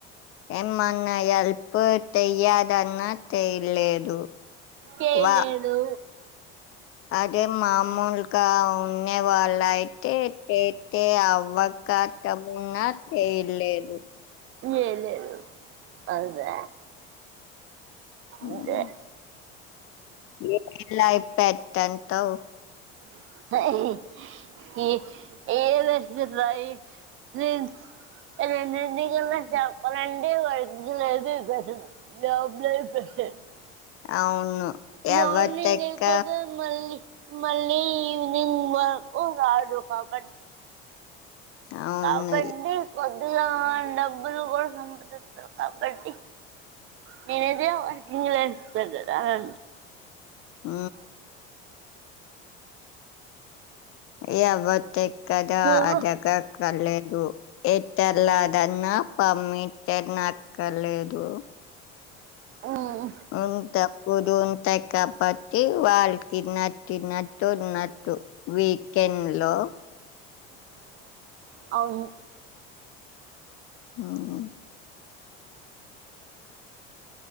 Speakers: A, on the left; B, on the right.
A: ఎమనాయల్ పట్టయ్య దన్నా తెయలేదు
B: చేయలేదు
A: వా అదే మామూలుగా ఉండే వాళ్ళయి తే అతే అవ్వకత ఉన్నా తెయల్లేదు
B: ఏం లేదు అదే
A: హ్మ్.
B: ఇంకా
A: ఏలా <unintelligible> టంతావ్
B: <unintelligible>
A: అవును.
B: మార్నింగ్
A: ఎవతెక్క
B: వెళ్ళిపోతే మళ్ళీ మళ్ళీ ఈవినింగ్ వ రాపో బట్
A: అవును.
B: నాబండి ఇలా డబ్బులు కూడా సంపాదిస్తారు కాబట్టి నేనైతే వర్కింగ్ కి కద అ
A: ఊ ఏయవతే కదా
B: నువ్వు
A: అదక కళ్ళే దో ఎట్టలాగలాన్నా పమిట్ట నాకర్లేదు
B: మ్మ్
A: ఇంతప్పుడుంత కాపట్టి వాళ్ళకి తిన్నట్టున్నట్టు ఉండదు వీకెండ్ లో
B: అవును
A: హ్మ్